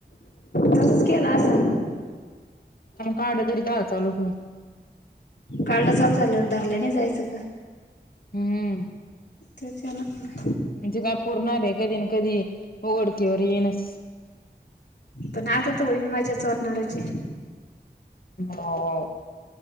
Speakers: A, on the left; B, on the left.
A: तस केला अस ना,
B: हम्म कार्ड तरी कह्याल चालू करू
A: कार्ड चालू झाल्यावर धरल्या नाही जायचं का?
B: हम्म.
A: तेचान आहे ना, <unintelligible>
B: म्हणजे काय पुरणार आहे कधी ना, कधी घडकीवर येनस.
A: पण आता थोडी मजाच वाटणार्याची
B: हो.